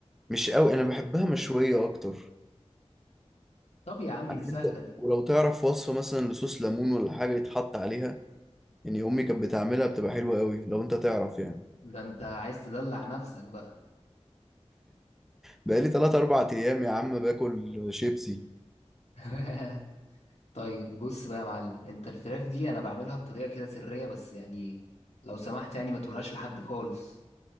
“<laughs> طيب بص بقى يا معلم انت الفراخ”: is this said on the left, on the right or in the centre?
Left